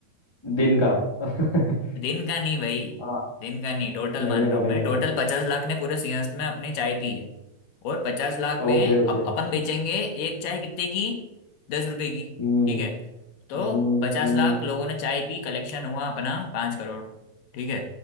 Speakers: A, on the left; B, on the left.
A: दिन का <laughs>
B: दिन का नहीं भाई
A: हाँ
B: दिन का नहीं टोटल
A: महीने
B: मान
A: का
B: रहा
A: महीने
B: हूँ मैं टोटल
A: का
B: पचास लाख ने पूरे सिंहस्थ में अपनी चाय पी है और पचास लाख में
A: Okay okay
B: अब अपन बेचेंगे एक चाय कितने की दस रुपए की
A: Hmm
B: ठीक है तो
A: hmm
B: पचास
A: हम्म
B: लाख लोगों ने चाय पी कलेक्शन हुआ अपना पांच करोड़ ठीक है